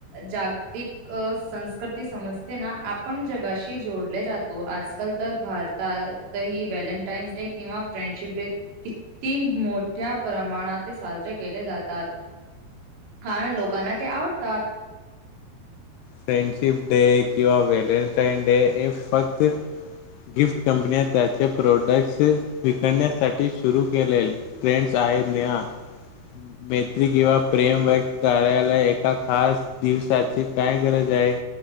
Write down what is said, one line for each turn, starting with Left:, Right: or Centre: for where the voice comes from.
Right: जागतिक संस्कृती समजते ना आपण जगाशी जोडले जात त आजकाल तर भारतातही व्हॅलेंटाईन्स डे किंवा फ्रेंडशिप डे किती मोठ्या प्रमाणात ते साजरे केले जातात हा लोकांना ते आवडतात
Left: फ्रेंडशिप डे किंवा व्हलेंटाईन डे हे फक्त गिफ्ट कंपन्या त्याचे प्रोडक्ट्स विकण्यासाठी सुरू केलेल ट्रेंड्स आहेत नेहा मैत्री किंवा प्रेम वग कार्यालय एका खास दिवसाची काय गरज आहे